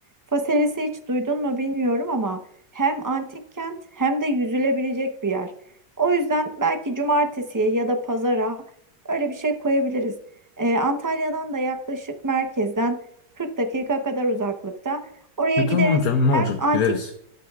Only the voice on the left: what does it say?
E,
tamam canım
ne olacak
gideriz.